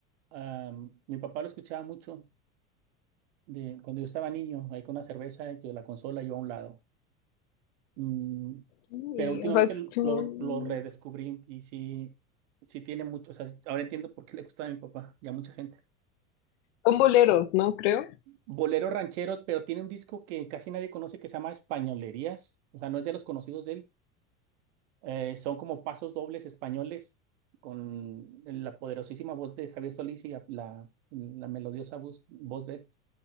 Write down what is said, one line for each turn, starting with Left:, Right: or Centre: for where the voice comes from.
Right: Am, mi papá lo escuchaba mucho de, cuando yo estaba niño, ahí con una cerveza, yo la consola, yo a un lado. Mm,
Left: Y,
Right: pero últimamente
Left: o sea, son,
Right: lo, lo redescubrí y sí, sí tiene mucho, o sea, ahora entiendo por qué le gustaba a mi papá y a mucha gente.
Left: son boleros, ¿no? Creo.
Right: boleros rancheros, pero tiene un disco que casi nadie conoce que se llama Españolerías, o sea, no es de los conocidos de él. Eh, son como pasos dobles españoles con la poderosísima voz de Javier Solís y la, la- la melodiosa voz, voz de él.